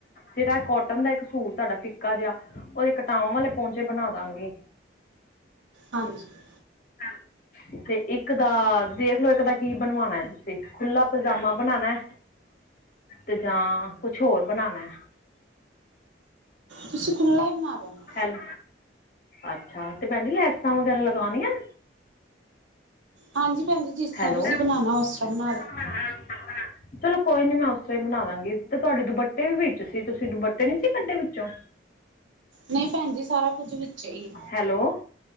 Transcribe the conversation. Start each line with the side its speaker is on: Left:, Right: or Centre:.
Left: ਜਿਹੜਾ ਕੋਟਨ ਦਾ ਇੱਕ ਸੂਟ ਤਾਡਾ ਫਿੱਕ ਕਾ ਜਿਆ, ਉਹਦੇ ਕਟਾਵਾਂ ਵਾਲੇ ਪਉਂਚੇ ਬਣਾ ਦਾਂਗੀ।
Right: ਹਾਂਜੀ।
Left: <unintelligible> ਤੇ ਇੱਕ ਦਾ ਦੇਖਲੋ ਇੱਕ ਦਾ ਕੀ ਬਣਵਾਣਾ ਐ ਤੁਸੀਂ, ਖੁਲਾ ਪਜਾਮਾ ਬਨਾਣਾ ਐਂ ਤੇ ਜਾਂ ਕੁਛ ਹੋਰ ਬਣਾਣਾ ਐ।
Right: ਤੁਸੀਂ ਖੁਲਾ ਈ ਬਣਾ ਦੇਣਾ।
Left: ਹੈਲ, ਅੱਛਾ ਤੇ ਭੈਨ ਜੀ ਲੈਸਾਂ ਵਗੈਰਾ ਲਗਾਨੀਆਂ ਨੇ।
Right: ਹਾਂਜੀ ਭੈਣ ਜੀ, ਜਿਸ ਤਰ੍ਹਾਂ
Left: ਹੈਲੋ
Right: ਤੁਸੀਂ ਬਨਾਨਾ ਉਸ ਤਰ੍ਹਾਂ ਬਨਾ ਲਓ।
Left: <unintelligible> ਚਲੋ ਕੋਈ ਨੀ, ਮੈਂ ਉਸ ਤਰਾਂ ਈ ਬਣਾ ਦਾਂਗੀ। ਤੇ ਤੁਆਡੇ ਦੁਪੱਟੇ ਵੀ ਵਿੱਚ ਸੀ। ਤੁਸੀਂ ਦੁਪੱਟੇ ਨੀ ਸੀ ਕੱਢੇ ਵਿੱਚੋਂ?
Right: ਨਈਂ ਭੈਣ ਜੀ, ਸਾਰਾ ਕੁਝ ਵਿੱਚ ਚੇ ਈ ਐ।
Left: ਹੈਲੋ